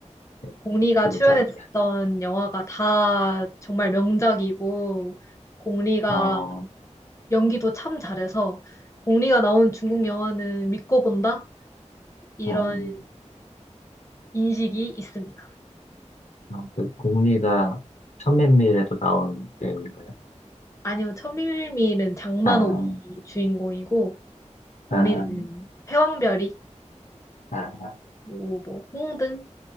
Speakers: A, on the left; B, on the left.
A: 네.
B: 공리가
A: 누구지
B: 출연했던
A: 압니다.
B: 영화가 다 정말 명작이고 공리가
A: 어,
B: 연기도 참 잘해서 공리가 나온 중국 영화는 믿고 본다? 이런
A: 음,
B: 인식이 있습니다.
A: 어, 어, 그 공리가 천맨미래도 나온 배우인가요?
B: 아니요, 천밀밀은 장만옥이
A: 아
B: 주인공이고 공리는
A: 아,
B: 패왕별이
A: 아,
B: 그리고 뭐 홍등